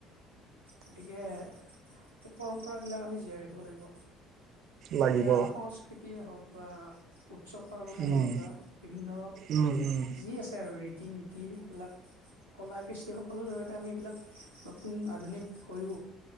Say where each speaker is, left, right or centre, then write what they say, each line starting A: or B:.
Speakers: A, on the left; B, on the right.
A: গতিকে সেই পৰম্পৰাবিলাক আমি জীয়াই ৰাখিব লাগিব।
B: লাগিব
A: সেয়া সংস্কৃতিয়ে হওঁক বা উৎসৱ - পাৰ্বণেই
B: উম
A: হওঁক বা বিভিন্ন
B: উম উম
A: যি আছে আৰু ৰীতি -নীতি সেইবিলাক কলা -কৃষ্টিসকলৰ জৰিয়তে আমি এইবিলাক নতুন আধুনিক হৈও